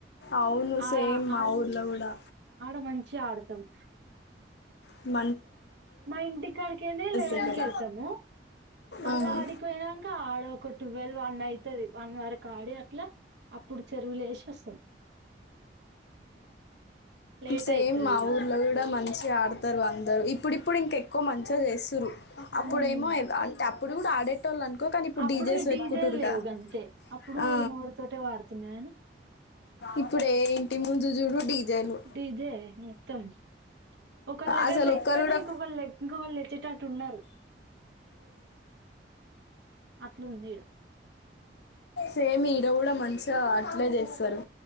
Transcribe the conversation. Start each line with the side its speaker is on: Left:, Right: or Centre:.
Left: అవును
Right: ఆ
Left: సేమ్ మా
Right: ఆడ
Left: ఊర్లో కూడా
Right: ఆడ మంచిగా ఆడతరు
Left: మ
Right: మా ఇంటికాడికినే లెవెన్కి
Left: దగ్గర
Right: వెళ్తాము మళ్ళా
Left: ఆ.
Right: ఆడికిపోయినాంక ఆడ ఒక టువెల్ వన్ అయితది వన్ వరకు ఆడి అట్లా అప్పుడు చెరువులు వేసి వస్తాం లేట్
Left: సేమ్
Right: అయితది
Left: మా
Right: ఇక
Left: ఊర్లో కూడా మంచి ఆడతారు అందరు ఇప్పుడిప్పుడు ఇంక ఎక్కువ మంచిగా చేసురు అప్పుడేమో
Right: ఉమ్,
Left: ఎ అంటే అప్ ఇప్పుడు కూడా ఆడే టోళ్లు అనుకో కానీ ఇప్పుడు
Right: అప్పుడు
Left: డీజెస్
Right: ఈ డీజేలు
Left: పెట్టుకుంటురుగా
Right: లేవు అంతే అప్పుడు
Left: ఆ
Right: నోరుతోటే వాడుతున్నా కానీ
Left: ఇప్పుడే జుజురు డీ జెలు
Right: డీజే మొత్తం ఒకళ్ళ దగ్గర
Left: అసలు
Right: లేకపోయినా
Left: ఒక్కరు కూడా
Right: ఇంకొకళ్ళు ఇంకొకళ్ళు తెచ్చేటట్టు ఉన్నారు అట్లుంది ఈడ
Left: సేమ్ ఈ ఈడ కూడా మంచిగా అట్లే చేస్తారు